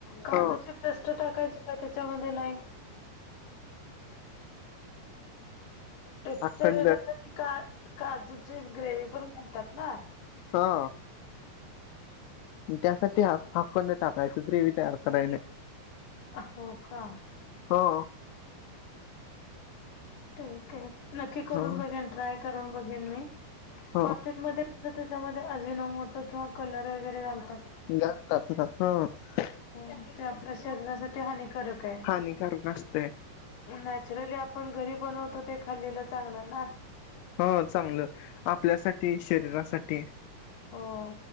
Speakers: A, on the left; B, on the left.
A: काजूची
B: ह
A: पेस्ट टाकायची का त्याच्यामध्ये नाही? टेक्चर
B: अखंड
A: येण्यासाठी का काजूची ग्रेवी पण म्हणतात ना
B: हा. त्यासाठी हा आखंड टाकायच ग्रेव तयार करायने
A: हो का.
B: हो.
A: ठीकये नक्की करून
B: हो
A: बघेन ट्राय करून बघेन मी
B: हो
A: हॉटेलमध्ये त्याच्यामध्ये अजिनमोटो किंवा कलर वगैरे घाल
B: घात हा <unintelligible>
A: हो ते आपल्या शरीरासाठी हानिकारक आहे
B: हानिकारक असतय.
A: नॅचरली आपण घरी बनवतो ते खाल्लेलं चांगलं ना.
B: हा चांगलं आपल्यासाठी शरीरासाठी
A: हो